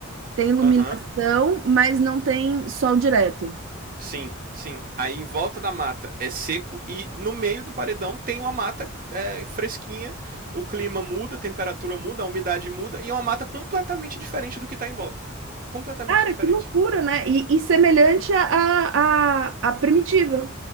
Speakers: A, on the right; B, on the right.
A: tem iluminação,
B: Aham, uhum,
A: mas não tem sol direto.
B: sim, sim. Aí em volta da mata é seco e no meio do paredão tem uma mata é, fresquinha, o clima muda, a temperatura muda, a umidade muda e é uma mata completamente diferente do que está em volta. Completamente
A: Cara,
B: diferente.
A: que loucura, né? E, e semelhante à à à primitiva.